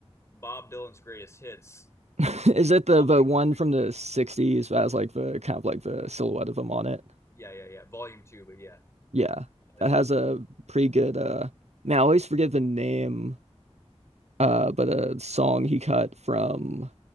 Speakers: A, on the left (about 25°); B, on the right (about 80°).
A: Bob Dylan's Greatest Hits,
B: <laughs> Is it the
A: Volume
B: the one
A: Two.
B: from the 60s that has like the kind of like the silhouette of him on it?
A: Yeah, yeah, yeah, Volume Two. But yeah,
B: Yeah. That
A: Uh,
B: has a pretty good uh man, I always forget the name uh, but a song he cut from